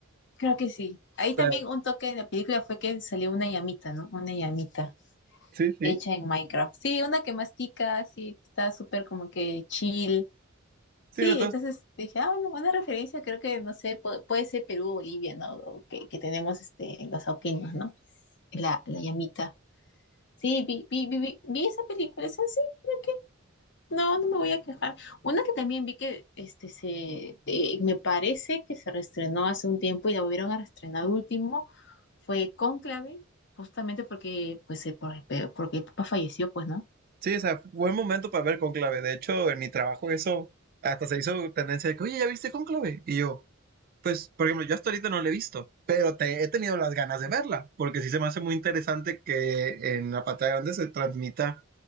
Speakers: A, on the left (about 60°); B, on the right (about 45°).
A: creo que sí.
B: O
A: Ahí
B: sea,
A: también un toque de la película fue que salió una llamita, ¿no? Una llamita
B: sí, sí.
A: hecha en Minecraft. Sí, una que mastica, sí, está súper como que chill.
B: Sí,
A: Sí,
B: no,
A: entonces dije, ah, bueno, una referencia creo que, no sé, pu- puede ser Perú o Bolivia, ¿no? O Que, que tenemos este, los auquinos, ¿no? La, la llamita. Sí, vi, vi, vi, vi, vi esa película, esa sí, creo No, no me voy a quejar. Una que también vi que este se eh, me parece que se reestrenó hace un tiempo y la volvieron a reestrenar último fue Cónclave, justamente porque pues eh, por- pe- porque el papá falleció, pues, ¿no?
B: Sí, o sea, buen momento para ver Cónclave. De hecho, en mi trabajo eso hasta se hizo tendencia de que, oye, ¿ya viste Cónclave? Y yo, por ejemplo, yo hasta ahorita no la he visto, pero te, he tenido las ganas de verla, porque sí se me hace muy interesante que en la pantalla grande se transmita